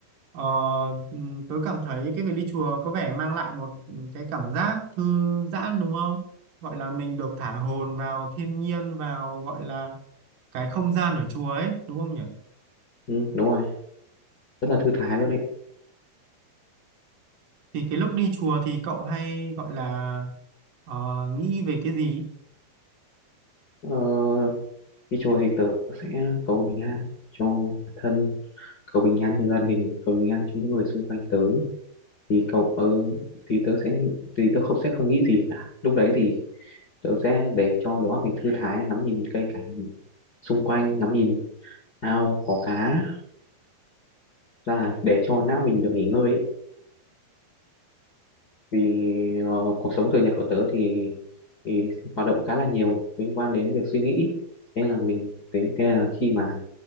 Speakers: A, on the right; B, on the left.
A: Ờ, ừm, tớ cảm thấy cái việc đi chùa có vẻ mang lại một cái cảm giác thư giãn đúng không? Gọi là mình được thả hồn vào thiên nhiên vào gọi là cái không gian ở chùa ấy đúng không nhỉ?
B: ừ, đúng rồi rất là thư thái luôn đấy
A: Thì cái lúc đi chùa thì cậu hay gọi là ờ, nghĩ về cái gì?
B: ờ, đi chùa thì tớ sẽ cầu bình an cho bản thân cầu bình an cho gia đình cầu bình an cho những người xung quanh tớ thì cậu ờ, thì tớ sẽ thì tớ không sẽ không nghĩ gì cả lúc đấy thì tớ sẽ để cho đầu óc mình thư thái ngắm nhìn cây cảnh xung quanh ngắm nhìn ao có cá là để cho não mình được nghỉ ngơi ấy. vì ờ, cuộc sống thường nhật của tớ thì, thì hoạt động khá là nhiều liên quan đến việc suy nghĩ thế là mình thế, thế là khi mà